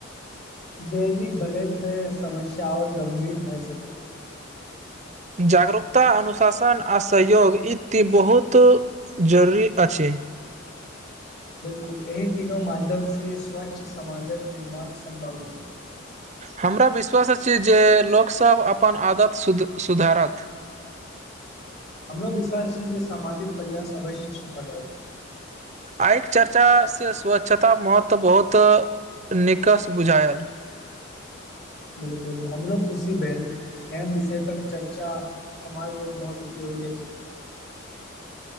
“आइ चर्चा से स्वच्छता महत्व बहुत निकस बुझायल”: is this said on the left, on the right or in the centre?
Right